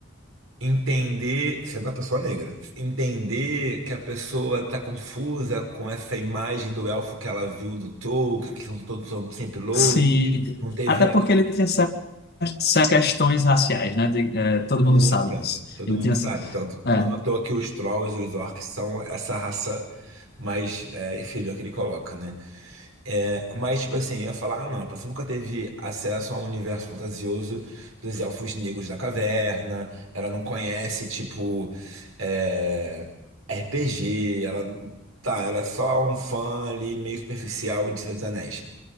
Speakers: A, on the right; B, on the left.
A: Entender, sendo uma pessoa negra, entender que a pessoa está confusa com essa imagem do elfo que ela viu do Tolkien, que são todos são sempre louros,
B: Sim,
A: não teve
B: até porque ele tinha certas certas questões raciais, né? De- eh, todo
A: muita.
B: mundo sabe disso.
A: Todo
B: Ele
A: mundo
B: tinha.
A: sabe, tanto
B: É,
A: não é à toa que os trolls e os orcs são essa raça mais é, inferior que ele coloca, né? É, mas, tipo assim, eu ia falar, ah, não, a pessoa nunca teve acesso ao universo fantasioso dos elfos negros da caverna, ela não conhece, tipo, é, RPG, ela, tá, ela é só um fã ali meio superficial de Senhor dos Anéis.